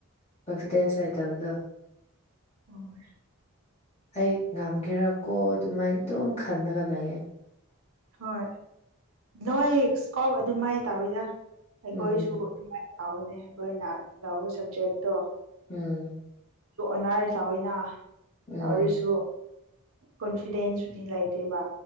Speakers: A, on the left; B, on the right.
A: ꯀꯣꯟꯐꯤꯗꯦꯟꯁ ꯂꯩꯇꯕꯗꯣ
B: ꯑꯣ
A: ꯑꯩ ꯉꯝꯒꯦꯔꯀꯣ ꯑꯗꯨꯃꯥꯏꯅ ꯑꯗꯨꯝ ꯈꯜꯂꯒ ꯂꯩꯌꯦ
B: ꯍꯣꯏ ꯅꯣꯏ ꯁ꯭ꯀꯣꯞ ꯑꯗꯨꯃꯥꯏꯅ ꯇꯧꯋꯤꯗ ꯑꯩꯈꯣꯏꯁꯨ
A: ꯎꯝ
B: ꯑꯗꯨꯃꯥꯏ ꯇꯧꯕꯅꯦ ꯑꯩꯈꯣꯏꯅ ꯂꯧꯕꯥ ꯁꯕꯖꯦꯛꯇꯣ
A: ꯎꯝ
B: ꯑꯗꯨ ꯑꯣꯟꯅꯔ ꯆꯥꯎꯏꯅ
A: ꯎꯝ
B: ꯇꯧꯔꯁꯨ ꯀꯣꯟꯐꯤꯗꯦꯟ꯭ꯁꯁꯨꯗꯤ ꯂꯩꯇꯦꯕ